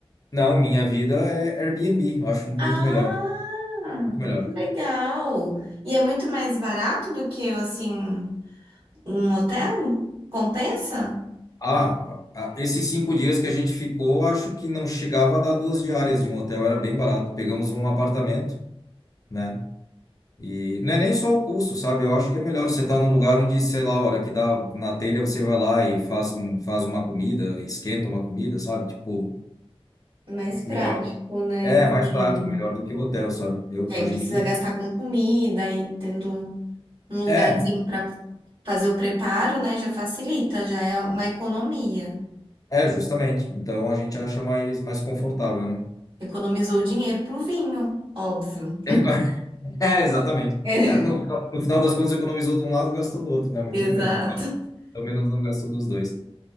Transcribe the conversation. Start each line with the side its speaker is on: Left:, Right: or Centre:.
Left: Não, minha vida é Airbnb, eu acho muito
Right: Ah,
Left: melhor, muito melhor.
Right: que legal! E é muito mais barato do que assim um hotel? Compensa?
Left: Ah, ah, esses cinco dias que a gente ficou, acho que não chegava a dar duas diárias de um hotel, era bem barato. Pegamos um apartamento, né? E não é nem só o custo, sabe? Eu acho que é melhor você estar num lugar onde, sei lá, a hora que dá na telha, você vai lá e faz, um, faz uma comida, esquenta uma comida, sabe? Tipo,
Right: Mais prático,
Left: melhor.
Right: né?
Left: É,
Right: Assim,
Left: mais prático, melhor do que o hotel, sabe? Eu,
Right: aí
Left: a
Right: precisa
Left: gente gosta.
Right: gastar com comida e tendo um lugarzinho
Left: É,
Right: para fazer o preparo, né? Já facilita, já é uma economia.
Left: é, justamente. Então a gente acha mais, mais confortável, né?
Right: Economizou dinheiro pro vinho, óbvio.
Left: <laughs> É, exatamente.
Right: <laughs>
Left: É, no, no final das contas, economizou de um lado, gastou do outro, né? Mas
Right: Exato.
Left: tudo bem. Pelo menos não gastou dos dois.